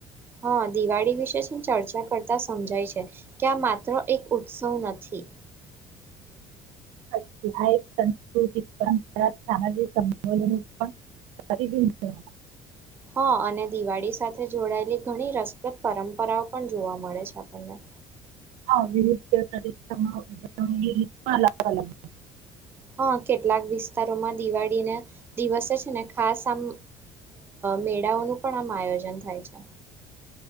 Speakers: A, on the right; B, on the right.
A: હા દિવાળી વિશે શું ચર્ચા કરતા સમજાય છે કે આ માત્ર એક ઉત્સવ નથી હ
B: એક સંસ્કૃતિક પરંપરા સામાજિક સંલન પણ પબ છે
A: હા અને દિવાળી સાથે જોડાયેલી ઘણી રસપ્રદ પરંપરાઓ પણ જોવા મળે છે આપણને
B: હા વિવિધ રી પણ અલગ અલગ
A: હા કેટલાક વિસ્તારોમાં દિવાળીને દિવસે છે ને ખાસ આમ મેળાઓનું પણ આમ આયોજન થાય છે